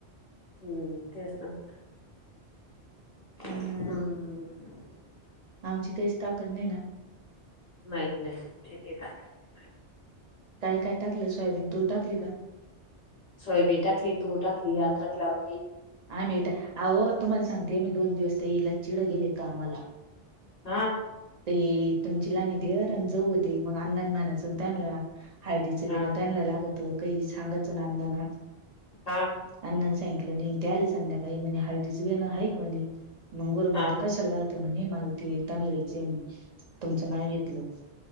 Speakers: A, on the left (about 40°); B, on the right (about 55°).
A: हम्म तेच ना म हम्म
B: हा आमची काहीच ताकद नाही ना
A: नाही नाही म्हे ते दा कर
B: काय काय टाकलं सोयाबीन तू टाकली का
A: सोयाबीन टाकली तूर टाकली याद राखला.
B: आ मिीट अह तुम्हाला सांगते मी दोन दिवस ते येईल चिड गेले का आम्हाला.
A: हा.
B: ते तुमची लाणी देर आणि जाऊ होती मग अण्ण म्हणाचून त्यांना हारदीचं बेणं
A: हा
B: त्यांला लागत काही सांगायचं ना अण्णांना
A: हा
B: अण्ण थँक त्याली संध्याकाळी म हळस ना ह एकक म्हणे मंगूर म्हणते
A: हा
B: कशाल. म्हणे मला ते तलयचेी तुमचं नाव घेतलं.